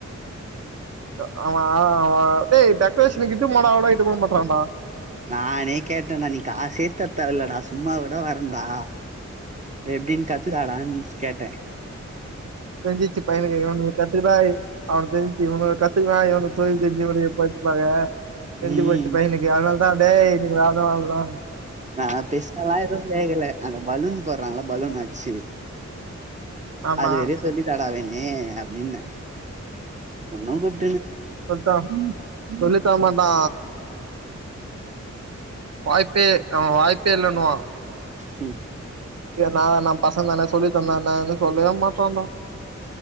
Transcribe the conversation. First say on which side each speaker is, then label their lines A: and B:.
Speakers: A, on the right; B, on the right.
A: ஹ்ம் ஆமா அவ டேய் டெக்ரேஷனுக்குட்டு போனா அவன இட்டு போமாட்றான்டா
B: நானே கேட்டன்டா நீ காசே தர்தேவல்லடா சும்மாகூட வரண்டா எப்டின் கத்துதாடான் கேட்ட
A: தெரிஞ்சுச்சு பையனுக்கு இவனு கத்துக்கதாய் அவனு தெரிஞ்ச்சு இவனு கத்துக்குவா இவனு தொழில் செஞ்சு முடியு போச்சுப்பாங்க செஞ்சு
B: ம்
A: போச்சுப்பாய்ங்க இன்னைக்கு அனாலதா டேய் நீங்க அத ஆகலா
B: நா பெசாலா எதும் கேக்கல அந்த பலூன் போறாங்கள பலூன் அச்சு
A: ஆமா
B: அது வெறிய சொல்லி தாடா வேனி அப்டின்ன ஒன்னும் கூப்ப
A: சொல்ட்டா சொல்லித் தரமாட்டா வாய்ப்பே அவே வாய்ப்பே இல்லனுவா
B: ஹும்
A: எ நா நம் பசங்னா சொல்லி தந்தா என்ன இத்லா சொல்லவே மாட்றா டா